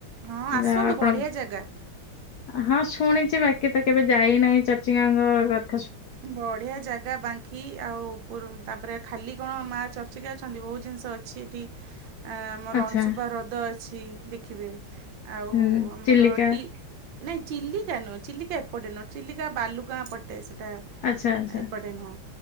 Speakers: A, on the right; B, on the left.
A: ହଁ ଆସନ୍ତୁ
B: ଯାହା ହଉ ଆପଣଙ୍କ
A: ବଢିଆ ଜାଗା।
B: ହଁ ଶୁଣିଛି ବାକି ତ କେବେ ଯାଇନାହିଁ ଚଚିଙ୍ଗାଙ୍କ କଥ
A: ବଢିଆ ଜାଗା ବାଙ୍କି ଆଉ। ତାପରେ ଖାଲି କଣ ମାଆ ଚର୍ଚ୍ଚକେ ଅଛନ୍ତି ବହୁତ ଜିନିଷ ଅଛି ଏଠି। ଆ ମୋର
B: ଆଚ୍ଛା
A: ଅଂଶୁପା ହ୍ରଦ ଅଛି, ଦେଖିବେ। ଆଉ
B: ହୁଁ
A: ଆମର
B: ଚିଲିକା।
A: ଟି ନାଇଁ ଚିଲିକା ନୁହଁ ଚିଲିକା ଏପଟେ ନୁହଁ ଚିଲିକା ବାଲୁଗାଁ ପଟ ନା
B: ଆଚ୍ଛା ଆଚ୍ଛା।
A: ଏପଟେ ନୁହଁ